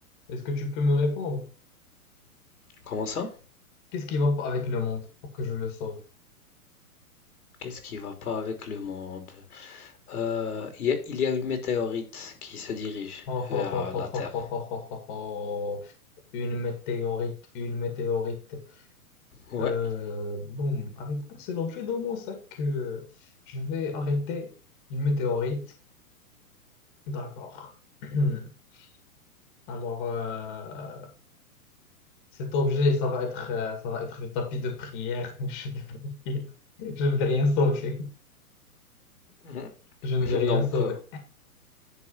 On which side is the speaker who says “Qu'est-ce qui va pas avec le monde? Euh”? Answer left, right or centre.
Left